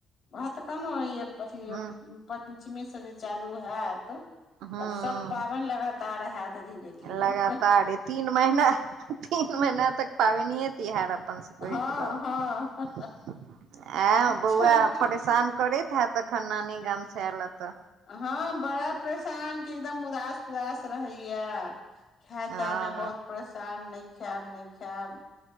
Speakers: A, on the left; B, on the right.
A: उएह तऽ कहनोहुँ ई अथी
B: हूँ
A: पञ्चमीसँ जे चालू हैत तब
B: हूँ
A: सभ पाबनि लगातार हैत धीरे धीरे
B: लगातार तीन महीना तीन महिना तक पाबने तिहार अपन करैत
A: हँ
B: रहब
A: हँ
B: ए बौआ
A: छठि
B: परेशान करैत हैत तखन नानी गाम से आयला तऽ
A: हँ बड़ा परेशानके एकदम उदास उदास रहै यऽ खाय
B: हँ
A: तमे बहुत परेशान नहि खायब नहि खायब